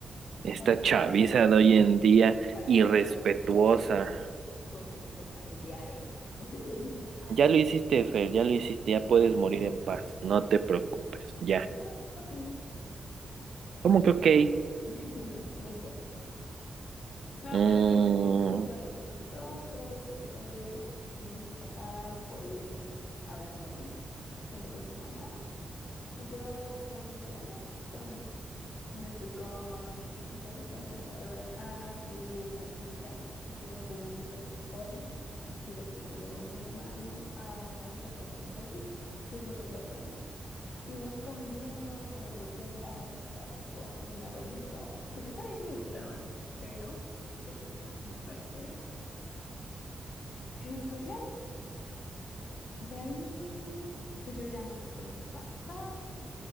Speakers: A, on the right (about 70°); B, on the left (about 75°).
A: Esta
B: Para crear
A: chaviza
B: con,
A: de hoy en día,
B: para
A: irrespetuosa.
B: crear conflictos, conflictos familiares. <laughs>
A: Ya lo hiciste, Fer, ya lo hiciste, ya puedes morir en paz, no te preocupes, ya.
B: Ah, ok.
A: ¿Cómo que ok?
B: <laughs> No es cierto. No,
A: Mm,
B: pero sí, estuvo un rato con nosotros. Después mi papá fue a ver a mi abuelita junto con mi mamá. Y yo pues no tenía ganas. Entonces me fui con César y con Salvador a su casita. Estuvimos jugando Fortnite. Y después me llevó mi hermano a la casa de mis abuelitos. Estuvimos un rato ahí. Estuvimos conviviendo, jugando Jenga otro rato con mi abuelito, que no sabía que le gustaba, pero le gusta al parecer. Y pues ya, de ahí, pues yo ya me fui con mis papás